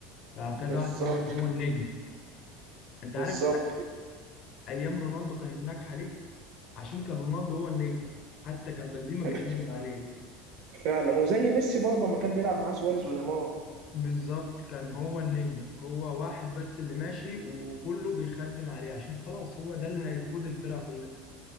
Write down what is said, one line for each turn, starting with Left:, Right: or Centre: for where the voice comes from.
Left: فكذا
Right: بالظبط
Left: واحد عادي هو النجم انت عارف
Right: بالظبط
Left: ايام رونالدو كانت ناجحه ليه عشان كان رونالدو هو النجم حتى كان بنزيما
Right: كان-
Left: بيخدم عليه
Right: فعلا وزي ميسي برضه لما كان بيلعب معاه سواريز ونيمار
Left: بالظبط كان هو النجم هو واحد بس اللي ماشي وكله بيخدم عليه عشان خلاص هو ده اللي هيقود الفرقه كلها